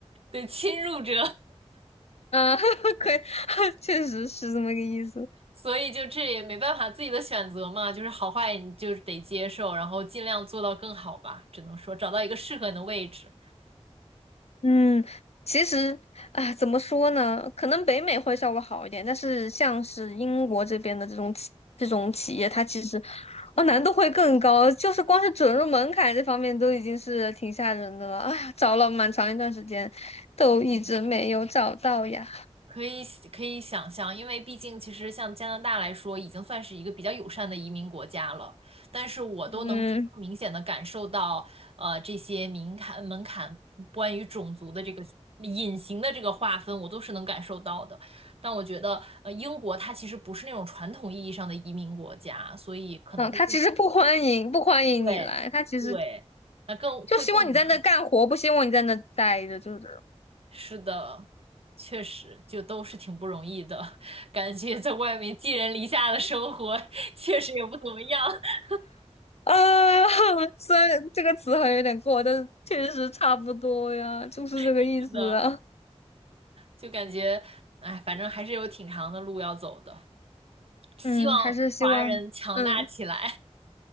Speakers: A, on the right; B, on the left.
A: 对，侵入者。
B: 啊，<laughs> 可以，<laughs> 确实是这么个意思。
A: 所以就这也没办法，自己的选择嘛，就是好坏你就是得接受，然后尽量做到更好吧。只能说找到一个适合你的位置，
B: 嗯，其实啊，怎么说呢？可能北美会稍微好一点，但是像是英国这边的这种企这种企业，它其实啊难度会更高，就是光是准入门槛这方面都已经是挺吓人的了。哎呀，找了蛮长一段时间，都一直没有找到呀。
A: 嗯可以可以想象，因为毕竟其实像加拿大来说，已经算是一个比较友善的移民国家了。但是我都能非常明显的感受到，
B: 嗯
A: 呃，这些门槛门槛关于种族的这个隐形的这个划分，我都是能感受到的。但我觉得，呃，英国它其实不是那种传统意义上的移民国家，所以可能会更。
B: 啊，他其实不欢迎不欢迎你来，
A: 对对，
B: 他其实
A: 那更会更难。
B: 就希望你在那干活，不希望你在那待着，就是
A: 是的，确实，就都是挺不容易的，<laughs> 感觉在外面寄人篱下的生活确实也不怎么样。<laughs>
B: 呃，<laughs> 虽然这个词好像有点过，但是确实差不多呀，就是这个意思啊。
A: 是的，就感觉，哎，反正还是有挺长的路要走的。希望华人强大起来。
B: 嗯，还是希望，嗯